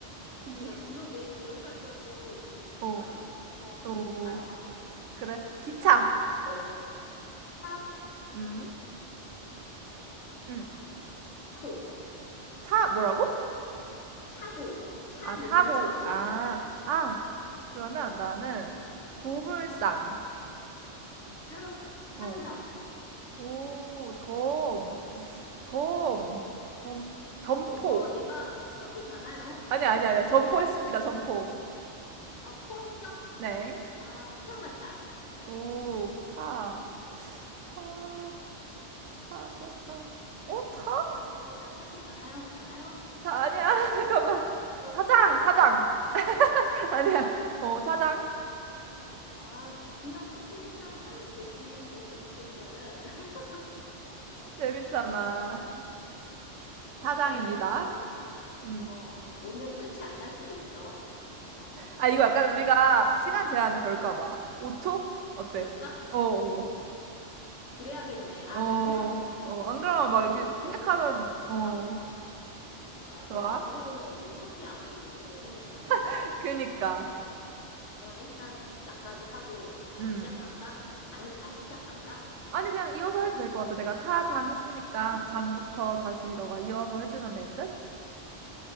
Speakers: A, on the right (about 85°); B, on the left (about 80°).
A: 기,
B: 야, 그러게. 기연팔사도 좀 약간,
A: 오,
B: 어, 어,
A: 오.
B: 아니야.
A: 그래. 기차.
B: 어. 어, 차,
A: 음, 음.
B: 차고,
A: 차 뭐라고?
B: 차고, 차
A: 아,
B: 넣는
A: 차고.
B: 차고
A: 아,
B: 있잖아.
A: 아. 그러면 나는 고물상.
B: 상, 상점.
A: 어. 오, 점, 점, 점, 점포.
B: 어, 어, 내가, 어, 커피 가나요?
A: 아니,
B: 커피
A: 아니,
B: 가나요?
A: 아니야. 점포했습니다. 점포.
B: 아, 포했어?
A: 네.
B: 아, 포장마차.
A: 오, 차, 차. 차, 차, 차. 어, 차?
B: 차, 어, 나 커피 가나요? 가나요?
A: 차 아니야. <laughs> 잠깐만.
B: 너
A: 차장,
B: 커피,
A: 차장.
B: 너 커피
A: <laughs>
B: 상,
A: 아니야.
B: 사장?
A: 어, 차장.
B: 아, 그냥 커피 한 잔 사면 되지. 뭘 그렇게 그래. <laughs>
A: 재밌잖아. 차장입니다.
B: 그래, 누가,
A: 음.
B: 어, 오늘 끝이 안 날 수도 있어. 어,
A: 아, 이거 약간 우리가 시간 제한을 걸까 봐. 5초? 어때?
B: 그럴까?
A: 어, 어,
B: 그래야겠네. 아,
A: 어,
B: 그래야겠네.
A: 어. 안 그러면 막
B: 이,
A: 이렇게 생각하면,
B: 걸어가지고,
A: 어,
B: 안, 맞아.
A: 좋아.
B: 안 그러면 우리 커피 아무도 못 사게 생겼어, 지금.
A: <laughs> 그니까.
B: 그럼 일단 나까지 하고 다시
A: 음.
B: 시작할까? 아니면 다시 시작할까?
A: 아니, 그냥 이어서 해도 될 것 같아. 내가 차장 했으니까
B: 장,
A: 장부터 다시 너가 이어서 해주면 될 듯?